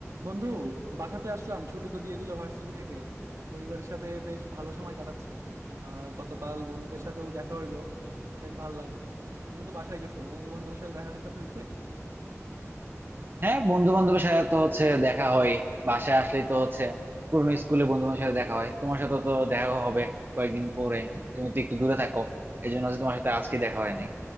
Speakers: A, on the right; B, on the right.
A: বন্ধু বাসাতে আসলাম ছুটি তো দিয়ে দিল ভার্সিটি থেকে পরিবারের সাথে বেশ ভালো সময় কাটাচ্ছি আহ গতকাল বন্ধুদের সাথেও দেখা হইলো বেশ ভালো লাগলো তুমি তো বাসায় গেছো বন্ধু বান্ধবের সাথে দেখা সাক্ষাৎ হয়েছে
B: হ্যাঁ বন্ধু বান্ধবের সাথে তো হচ্ছে দেখা হয় বাসায় আসলেই তো হচ্ছে পুরনো স্কুলে বন্ধু বান্ধবের সাথে দেখা হয় তোমার সাথে তো দেখা হবে কয়েকদিন পরে তুমি তো একটু দূরে থাকো এই জন্য হচ্ছে তোমার সাথে আজকে দেখা হয় নাই